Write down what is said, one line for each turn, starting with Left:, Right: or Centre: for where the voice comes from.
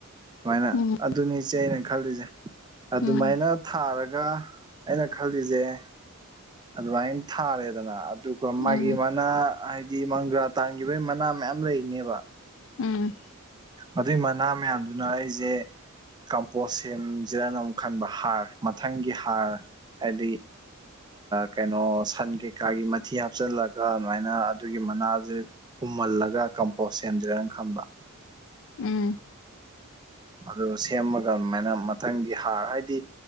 Right: ꯁꯨꯃꯥꯏꯅ
Left: ꯎꯝ
Right: ꯑꯗꯨꯅꯤꯖ‌ꯦ ꯑꯩꯅ ꯈꯜꯂꯤꯁꯦ ꯑꯗꯨꯃꯥꯏꯅ
Left: ꯎꯝ
Right: ꯊꯥꯔꯒ ꯑꯩꯅ ꯈꯜꯂꯤꯖ‌ꯦ ꯑꯗꯨꯃꯥꯏꯅ ꯊꯥꯔꯦꯗꯅ ꯑꯗꯨꯒ
Left: ꯎꯝ
Right: ꯃꯥꯒꯤ ꯃꯥꯅ ꯍꯥꯏ ꯒꯤ ꯃꯪꯒ꯭ꯔꯥ ꯇꯥꯟꯈꯤꯕꯩ ꯃꯅꯥ ꯃꯌꯥꯝ ꯂꯩꯅꯦꯕ
Left: ꯎꯝ
Right: ꯑꯗꯨꯏ ꯃꯅꯥ ꯃꯌꯥꯝꯗꯨꯅ ꯑꯩꯖ‌ꯦ ꯀꯝꯄꯣꯁ ꯁꯦꯝꯖꯤꯔꯅ ꯑꯃꯨꯛ ꯈꯟꯕ ꯍꯥꯔ ꯃꯊꯪꯒꯤ ꯍꯥꯔ ꯍꯥꯏꯗꯤ ꯀꯩꯅꯣ ꯁꯟ ꯀꯩꯀꯥꯒꯤ ꯃꯊꯤ ꯍꯥꯞꯆꯜꯂꯒ ꯑꯗꯨꯃꯥꯏꯅ ꯑꯗꯨꯒꯤ ꯃꯅꯥꯖ‌ꯦ ꯄꯨꯝꯍꯜꯂꯒ ꯀꯝꯄꯣꯁ ꯁꯦꯝꯖꯤꯔꯅ ꯈꯟꯕ
Left: ꯎꯝ
Right: ꯑꯗꯨ ꯁꯦꯝꯃꯒ ꯑꯃꯥꯏꯅ ꯃꯊꯪꯒꯤ ꯍꯥꯔ ꯍꯥꯏꯗꯤ